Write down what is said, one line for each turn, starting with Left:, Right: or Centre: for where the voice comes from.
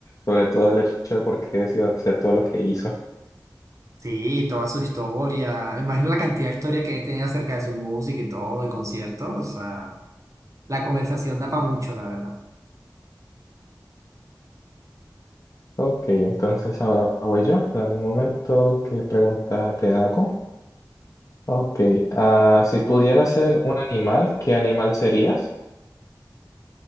Left: sobre todo el hecho de por qué decidió hacer todo lo que hizo.
Right: Sí, toda su historia. Me imagino la cantidad de historia que he tenido acerca de su música y todo, y conciertos. O sea. La conversación da para mucho, la verdad.
Left: Ok, entonces ahora voy yo. Dame un momento, ¿qué pregunta te hago? Ok, ah, si pudieras ser un animal, ¿qué animal serías?